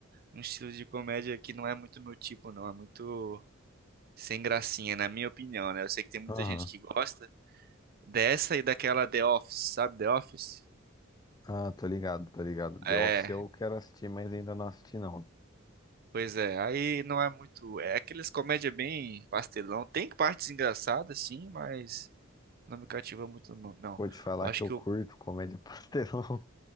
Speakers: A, on the right (about 50°); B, on the left (about 20°).
A: um estilo de comédia que não é muito meu tipo, não. É muito sem gracinha, na minha opinião, né? Eu sei que tem muita
B: aham.
A: gente que gosta dessa e daquela The Office, sabe? The Office?
B: Ah, tô ligado, tô ligado. The
A: É,
B: Office eu quero assistir, mas ainda não assisti não.
A: pois é. Aí não é muito. É aqueles comédia bem pastelão. Tem partes engraçadas, sim, mas não me cativa muito, não. não.
B: Vou te falar
A: Eu acho
B: que eu
A: que
B: curto
A: o
B: comédia <laughs> pastelão.